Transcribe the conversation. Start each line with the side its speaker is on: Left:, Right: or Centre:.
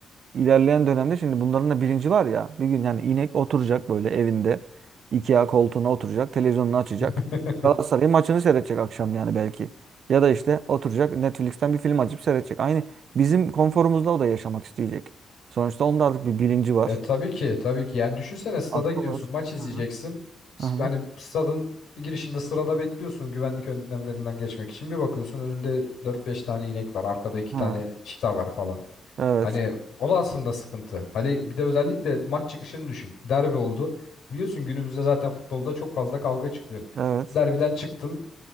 Right: ilerleyen dönemde şimdi bunların da bilinci var ya. Bir gün yani inek oturacak böyle evinde. IKEA koltuğuna oturacak. Televizyonunu açacak.
Left: <laughs>
Right: Galatasaray maçını seyredecek akşam yani belki. Ya da işte oturacak Netflix'ten bir film açıp seyredecek. Aynı bizim konforumuzda o da yaşamak isteyecek. Sonuçta onun da artık bir bilinci var.
Left: E tabii ki tabii ki yani düşünsene stada
Right: Aklı
Left: gidiyorsun
Right: var.
Left: maç izleyeceksin
Right: Hı hı.
Left: S-
Right: Hı hı.
Left: yani stadın girişinde sırada bekliyorsun güvenlik önlemlerinden geçmek için bir bakıyorsun önünde dört beş tane inek var arkada iki
Right: Hı.
Left: tane çita var falan
Right: Evet.
Left: hani o da aslında sıkıntı hani bir de özellikle maç çıkışını düşün derbi oldu biliyorsun günümüzde zaten futbolda çok fazla kavga çıkıyor
Right: Evet.
Left: derbiden çıktın